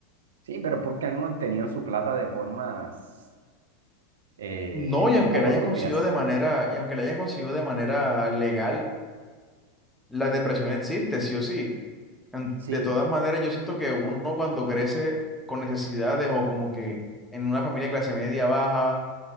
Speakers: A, on the right (about 65°); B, in the centre.
A: Sí, pero porque han obtenido su plata de formas eh,
B: No, y
A: un
B: aunque
A: poco
B: la hayan
A: turbias.
B: conseguido de manera, y aunque la hayan conseguido de manera legal, la depresión existe, sí o sí. En-
A: Sí.
B: De todas maneras, yo siento que uno cuando crece con necesidades o como que en una familia de clase media baja